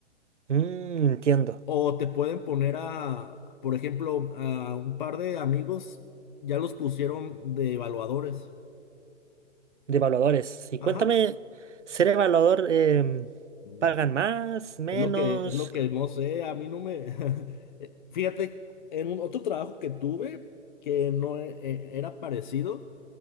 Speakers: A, on the right (about 80°); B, on the left (about 45°).
A: Mm, entiendo.
B: O te pueden poner a, por ejemplo, a un par de amigos, ya los pusieron de evaluadores.
A: De evaluadores. Y
B: Ajá.
A: cuéntame, ser evaluador, em,
B: Mm,
A: ¿pagan más, menos?
B: Es lo que, es lo que no sé, a mí no me. <laughs> Eh, Fíjate, en un otro trabajo que tuve, que no e- e- era parecido,